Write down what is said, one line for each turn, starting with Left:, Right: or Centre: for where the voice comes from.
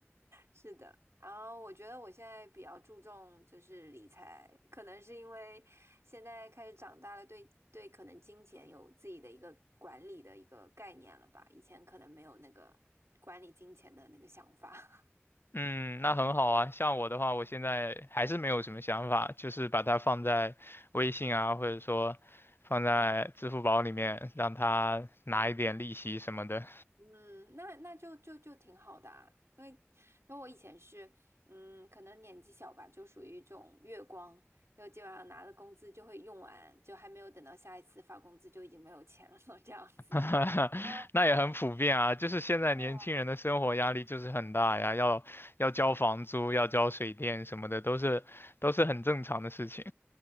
Right: 是的，然后我觉得我现在比较注重就是理财，可能是因为现在开始长大了，对对，可能金钱有自己的一个管理的一个概念了吧，以前可能没有那个管理金钱的那个想法。<laughs>
Left: 嗯，那很好啊。像我的话，我现在还是没有什么想法，就是把它放在微信啊，或者说放在支付宝里面，让它拿一点利息什么的。
Right: 嗯，那那就就就挺好的啊，因为因为我以前是，嗯，可能年纪小吧，就属于这种月光，就基本上拿了工资就会用完，就还没有等到下一次发工资就已经没有钱了，这样子。
Left: <laughs>
Right: <laughs> 啊，
Left: 那也很普遍啊，就是现在年轻人的生活压力就是很大呀，
Right: 对。
Left: 要要交房租，要交水电什么的，都是都是很正常的事情